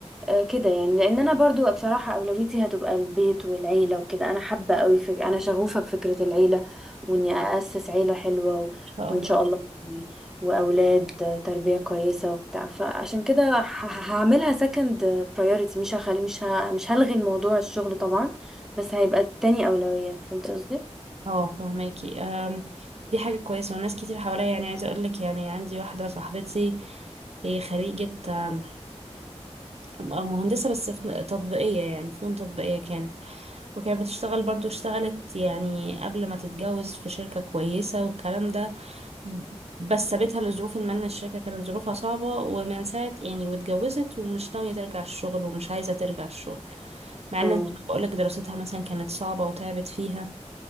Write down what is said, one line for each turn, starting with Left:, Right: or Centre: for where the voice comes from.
Centre: آه، كده يعني لان انا برضو بصراحه اولويتي هتبقى البيت والعيله وكده انا حابه قوي فك... انا شغوفه بفكره العيله واني اسس عيله حلوه و...
Right: شاء
Centre: وان
Right: الله
Centre: شاء الله يعني واولاد تربيه كويسه وبتاع فعشان كده ه... هعملها سكند برايورتي مش هخلي مش ه... مش هلغي الموضوع الشغل طبعا بس هيبقى تاني اولويه فهمت قصدي
Right: اه فهماكي آم، دي حاجة كويسة وناس كتير حواليا يعني عايزة اقولك يعني عندي واحدة صاحبتي هي خريجة آم، مهندسة بس في تطبيقية يعني فنون تطبيقية كانت وكانت بتشتغل برضو اشتغلت يعني قبل ما تتجوز في شركة كويسة والكلام ده بس سابتها لظروف ما إن الشركة كانت ظروفها صعبة ومن ساعة يعني واتجوزت ومش ناوية ترجع الشغل ومش عايزة ترجع الشغل مع إن
Centre: اه
Right: زي ما بقولك دراستها مثلا كانت صعبة وتعبت فيها